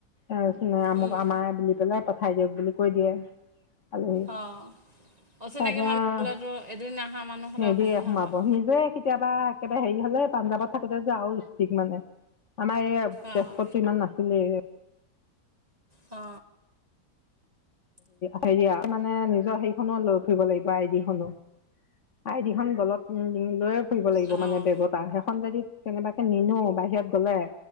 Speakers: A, on the left (about 50°); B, on the right (about 25°).
A: তাৰ পাছত
B: উম
A: আমাৰ বুলি পেলাই পঠাই দিয়ক বুলি কৈ দিয়ে। আলহী
B: অঁ অচিনাকি
A: তাৰপৰা
B: মানুহ হ'লেতো এদিন অহা মানুহ হ'লে
A: নিদিয়ে
B: অসুবিধা
A: সোমাব
B: হয়।
A: নিজে কেতিয়াবা একেবাৰে হেৰি হ'লে পাঞ্জাৱত থাকোতে যে আৰু ইষ্টিক মানে আমাৰ এইয়া
B: অঁ
A: তেজপুততটো ইমান নাছিলে।
B: অ,
A: হেৰি আৰু মানে নিজৰ সেইখনো লৈ ফুৰিব লাগিব আইডিখনো। আইদি খন গলত লৈয়ে ফুৰিব লাগিব
B: অঁ
A: মানে বেগত সেইখন যদি। কেনেবাকে নিনো বাহিৰত গলে